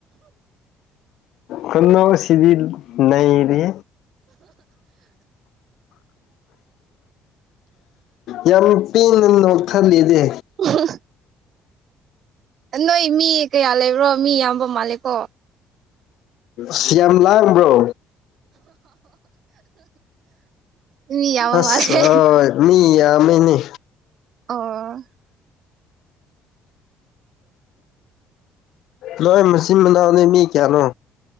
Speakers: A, on the left (about 70°); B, on the right (about 60°).
A: ꯀꯟꯅ ꯁꯤꯚꯜ ꯅ ꯏꯔꯤ ꯌꯥꯝ ꯄꯤꯅ ꯅ ꯑꯣꯊꯜꯂꯤꯗꯤ
B: ꯑ ꯅꯣꯏ ꯃꯤ ꯀꯌꯥ ꯂꯩꯕ꯭ꯔꯣ ꯃꯤ ꯌꯥꯝꯌꯥꯝꯕ ꯃꯥꯜꯂꯦꯀꯣ
A: ꯁꯤꯌꯥꯟ ꯂꯥꯛꯕ꯭ꯔꯣ
B: ꯃꯤ ꯌꯥꯝꯕ
A: ꯑꯁ
B: ꯃꯥꯜꯂꯦ
A: ꯃꯤ ꯇꯃꯤꯅꯤ
B: ꯑ
A: ꯂ ꯃꯁꯤ ꯃꯅꯥꯅꯤ ꯃꯤ ꯀꯌꯥꯅꯣ